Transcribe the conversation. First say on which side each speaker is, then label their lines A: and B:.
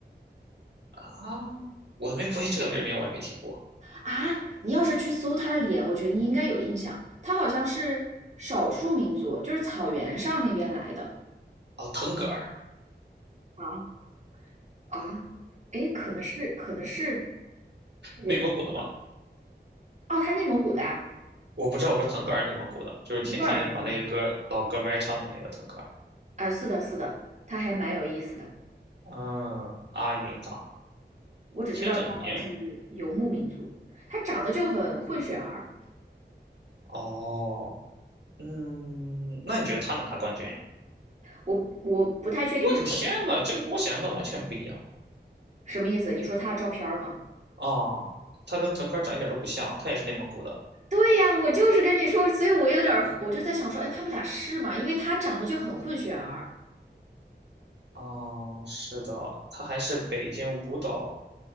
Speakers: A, on the right; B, on the right.
A: 啊，我没，我也这个人名我也没听过
B: 啊！你要是去搜他的脸，我觉得你应该有印象，他好像是少数民族，就是草原上那边来的
A: 啊。腾格尔，
B: 啊啊，哎，可能是可能是这个字吧，
A: 内蒙古的嘛，
B: 哦，他内蒙古的啊，
A: 我不知道。我说腾格尔，内蒙古的，就是天天把那个歌老歌歪唱的那个腾格尔。
B: 尼泊尔内蒙古。啊是的，是的，他还蛮有意思的。
A: 嗯，阿云嘎，
B: 我只知道他好像是游牧民族，
A: 听这名，
B: 他长得就很混血儿，
A: 哦，嗯，那你觉得他能拿冠军？
B: 我我不太确定他
A: 我的天呐，这个跟我想象的完全不一样
B: 什么意思。你说他的照片儿吗？
A: 啊！他跟腾格尔长一点都不像，他也是内蒙古的。
B: 对呀，我就是跟你说，所以我有点儿，我就在想说，哎，他们俩是吗？因为他长得就很混血儿，
A: 啊，是的，他还是北京舞蹈